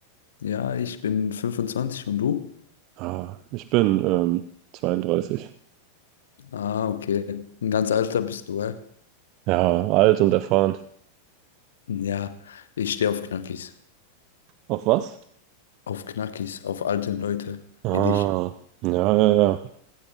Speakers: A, on the left (about 65°); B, on the right (about 40°).
A: Ja, ich bin fünfundzwanzig und du?
B: Ah, ich bin, ähm, 32.
A: Ah, okay. Ein ganz alter bist du, hä?
B: Ja, alt und erfahren.
A: Ja, ich stehe auf Knackis.
B: Auf was?
A: Auf Knackis, auf alte Leute
B: Ah,
A: wie dich.
B: ja, ja, ja.